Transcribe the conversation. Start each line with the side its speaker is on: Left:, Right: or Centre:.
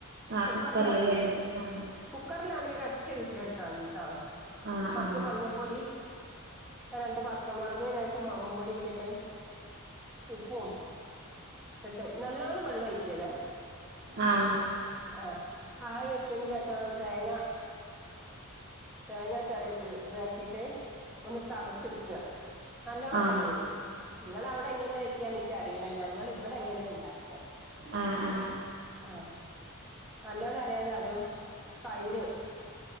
Right: ആഹ്
Centre: കുക്കറിലാണെങ്കിൽ
Right: കുക്കറില്ല്ലേ ആഹ്
Centre: കുക്കറിലാണങ്കര ഒരൊറ്റ വിസിലടിച്ചാൽതിട്ടാ
Right: ആഹ്
Centre: കുറച്ച് മഞ്ഞപ്പൊടി രണ്ട് പച്ചമുളക് മുളകും പൊടി ഇട്ടിട്ട് ഉപ്പും ഇിട്ട് നല്ലോണ് വെള്ളം ഒഴിക്കിയതാ
Right: ആഹ
Centre: ആഹ ആ വെച്ചന് ശേഷം തേങ്ങ തേങ്ങാ ചര ഇതാക്കിട്ട് ഒന്ന് ചതച്ചെടുക്കുക നല്ലോണം
Right: ആഹ് ആഹ്
Centre: അറിയരുത് നിങ്ങള അവിടെ എങ്ങനെ വെക്കാ എന്നൊക്ക അറിയില്ല ഞങ്ങ ഇവിടെ എങ്ങനെ ഉണ്ടാക്ക-
Right: ആഹ
Centre: ആഹ നല്ലോണം അരതെ അതും തൈര് -